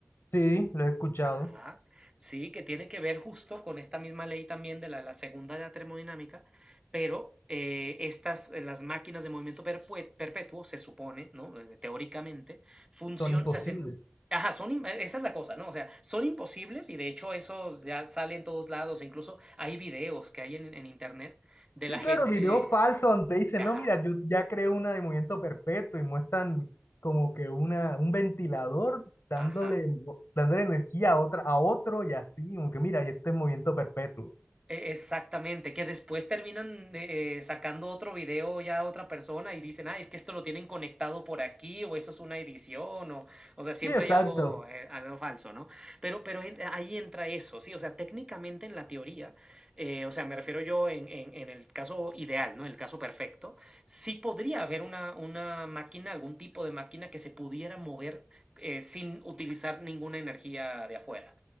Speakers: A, on the left; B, on the right.
A: sí, lo he escuchado,
B: Ajá. Sí, que tiene que ver justo con esta misma ley también de la, la segunda de la termodinámica, pero eh, estas, eh, las máquinas de movimiento perpue- perpetuo, se supone, ¿no? Eh, Teóricamente, funcionan,
A: son imposibles.
B: o sea, se- ajá, son, im- esa es la cosa, ¿no? O sea, son imposibles y de hecho eso ya sale en todos lados, incluso hay videos que hay en, en internet de
A: Sí,
B: la gente,
A: claro, video falso donde dicen,
B: ajá,
A: no, mira, yo ya creo una de movimiento perpetuo y muestran como que una, un ventilador dándole,
B: ajá.
A: dándole energía a otra, a otro y así, como que mira, y este es movimiento perpetuo.
B: E- Exactamente, que después terminan eh, sacando otro video ya a otra persona y dicen, ah, es que esto lo tienen conectado por aquí o eso es una edición o, o sea, siempre
A: Sí, exacto,
B: hay algo, eh, algo falso, ¿no? Pero, pero en- ahí entra eso, sí, o sea, técnicamente en la teoría, eh, o sea, me refiero yo en, en- en el caso ideal, ¿no? El caso perfecto, sí podría haber una, una máquina, algún tipo de máquina que se pudiera mover eh, sin utilizar ninguna energía de afuera.